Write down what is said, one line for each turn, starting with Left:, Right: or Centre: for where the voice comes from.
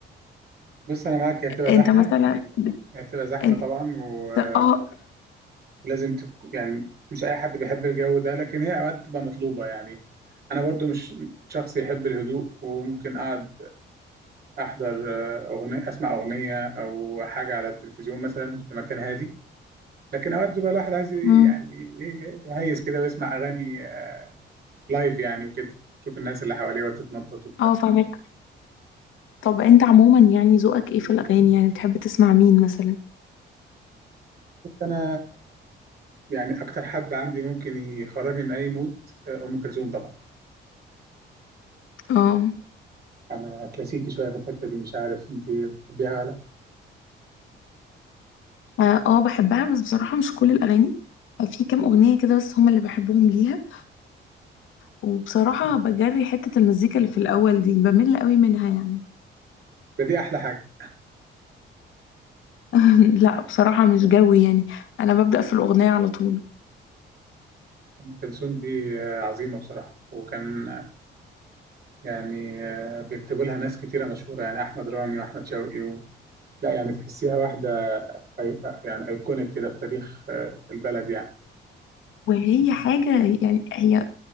Right: بص انا معاك هي بتبقى
Left: انت
Right: زحمة
Left: مثلا
Right: هي بتبقى زحمة
Left: انت
Right: طبعا و-
Left: اه
Right: ولازم تك... يعني مش اي حد بيحب الجو ده لكن هي اوقات بتبقى مطلوبة يعني انا برضو مش شخص يحب الهدوء وممكن اقعد احضر آه، اغنية اسمع اغنية او حاجة على التلفزيون مثلا في مكان هادي لكن اوقات بيبقى الواحد عايز يعني
Left: مم.
Right: إيه، يهيس كده ويسمع اغاني لايف يعني وكده شوف الناس اللي حواليه وتتنطط وبتاع
Left: اه فاهمك طب انت عموما يعني ذوقك ايه في الاغاني يعني بتحب تسمع مين مثلا
Right: بس انا يعني اكتر حد عندي ممكن يخرجني من اي مود آه، ام كلثوم طبعا
Left: اه
Right: انا كلاسيكي شويه في الحته دي مش عارف انت بتحبيها ولا لا
Left: اه آه، بحبها بس بصراحة مش كل الاغاني في كام اغنية كده بس هما اللي بحبهم ليها وبصراحة بجري حتة المزيكا اللي في الاول دي بمل قوي منها يعني
Right: ده دي احلى حاجه
Left: <laughs> لا بصراحة مش جوي يعني انا ببدأ في الاغنية على طول
Right: ام كلثوم دي آه، عظيمه بصراحه وكان آه، يعني آه، بيكتبوا لها ناس كتيره مشهوره يعني احمد رامي واحمد شوقي و... لا يعني تحسيها واحده أي... آه، يعني ايكونيك كده في تاريخ آه، البلد يعني
Left: وهي حاجة يعني هي